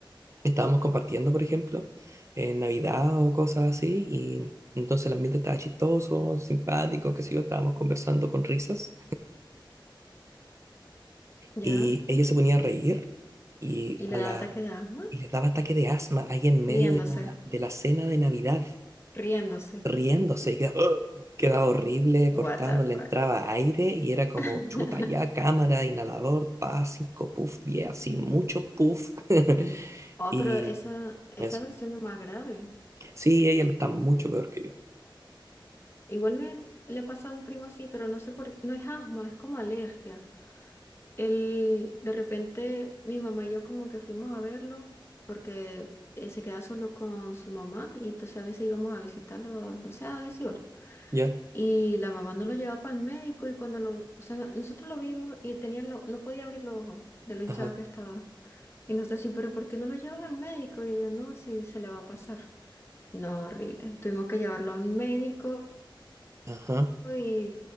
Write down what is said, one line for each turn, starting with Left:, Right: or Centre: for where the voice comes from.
Right: estábamos compartiendo, por ejemplo, en Navidad o cosas así, y entonces el ambiente estaba chistoso, simpático, qué sé yo, estábamos conversando con risas,
Left: ¿Ya?
Right: y ella se ponía a reír y,
Left: Y le
Right: a
Left: da
Right: la,
Left: ataque de asma.
Right: y le daba ataque de asma ahí en medio
Left: Riéndose,
Right: de la, de la cena de Navidad,
Left: riéndose.
Right: riéndose, y quedaba, "Ugh", quedaba horrible,
Left: What
Right: cortado,
Left: the
Right: no
Left: fuck.
Right: le entraba aire, y era como
Left: <laughs>
Right: chuta, ya, cámara, inhalador, pa, cinco, puff, diez, así, mucho puff, <laughs>
Left: Oh,
Right: y
Left: pero esa, esa
Right: eso.
Left: versión es más grave.
Right: Sí, ella está mucho peor que yo,
Left: Igual me le pasa a un primo así, pero no sé por qué. No es asma, es como alergia. El, de repente mi mamá y yo como que fuimos a verlo porque eh, se queda solo con su mamá y entonces a veces íbamos a visitarlo, no sé, a decir hola.
Right: ¿ya?
Left: Y la mamá no lo llevaba para el médico y cuando lo, o sea, nosotros lo vimos y él tenía lo- no podía abrir los ojos de lo hinchado
Right: Ajá,
Left: que estaba. Y nosotros decimos, pero ¿por qué no lo llevas al médico? Y ella no, si se le va a pasar. No, horrible. Tuvimos que llevarlo a un médico
Right: ajá.
Left: y